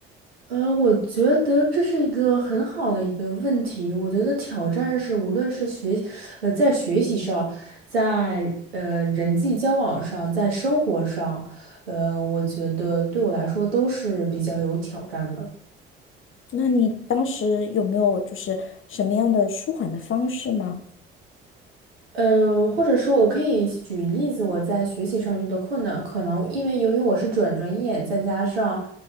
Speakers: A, on the right; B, on the left.
A: 呃，我觉得这是一个很好的一个问题。我觉得挑战是，无论是学，呃，在学习上，在呃人际交往上，在生活上，呃，我觉得对我来说都是比较有挑战的。
B: 那你当时有没有就是什么样的舒缓的方式吗？
A: 呃，或者说，我可以举例子，我在学习上遇到困难，可能因为由于我是转专业，再加上，